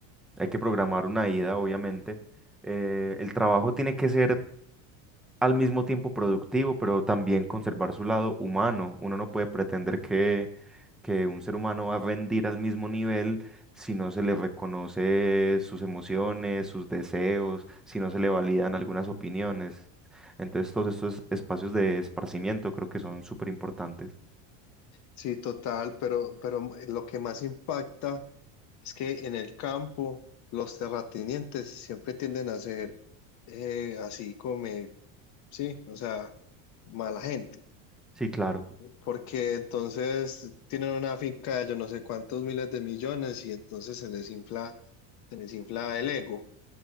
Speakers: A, in the centre; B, on the left.
A: Hay que programar una ida, obviamente. Eh, el trabajo tiene que ser al mismo tiempo productivo, pero también conservar su lado humano. Uno no puede pretender que, que un ser humano va a rendir al mismo nivel si no se le reconoce sus emociones, sus deseos, si no se le validan algunas opiniones. Entonces, todos estos espacios de esparcimiento creo que son súper importantes.
B: Sí, total, pero, pero lo que más impacta es que en el campo los terratenientes siempre tienden a ser eh, así como, sí, o sea, mala gente,
A: Sí, claro.
B: porque entonces tienen una finca de yo no sé cuántos miles de millones y entonces se les infla, se les infla el ego